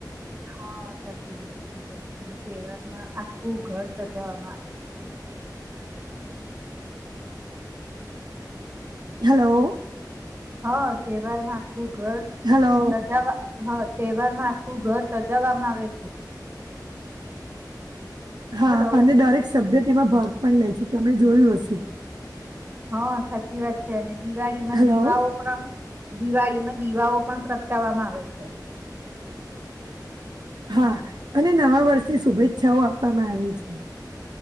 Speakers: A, on the right; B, on the right.
A: હા સાચી વાત કીધું તમે તહેવારમાં આખું ઘર સજાવામાં આવે છે ને <inaudible>
B: હલો
A: હા તહેવારમાં આખું ઘર
B: હલો.
A: સજાવા હ તહેવાર માં આખું ઘર સજાવવામાં આવે છે
B: હા
A: હલો
B: અને દરેક સભ્ય તેમાં ભાગ પણ લે છે તમે જોયું હશે
A: હા સાચી વાત છે અને દિવાળી માં
B: હલો,
A: દિવાઓ પણ દિવાળીમાં દીવાઓ પણ પ્રગટાવામાં આવે છે
B: હા અને નવા વર્ષની શુભેચ્છાઓ આપવામાં આવે છે